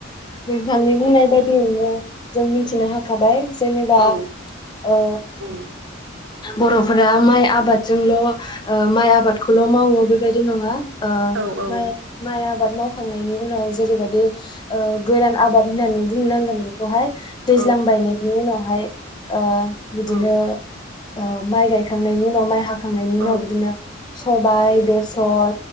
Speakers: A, on the left; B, on the right.
A: उम थांनि बुंनाय बायदियैनो जों मिथिनो हाखाबाय जेनेबा
B: औ
A: ओ
B: औ
A: बर'फोरा माइ आबादजोंल' ओ माइ आबादखौल' मावो बेबायदि नङा। ओ
B: औ
A: माय माय आबाद माव खांनायनि उनाव जेरैबाददि ओ गोरान आबाद होननानै बुंनांगोन बेखौहाय दैज्लां
B: औ
A: बायनायनि उनावहाय ओ बिदिनो
B: औ
A: ओ माइ गायखांनायनि उनाव माइ हाख खांनायनि उनाव
B: औ
A: बिदिनो सबाइ
B: औ
A: बेसर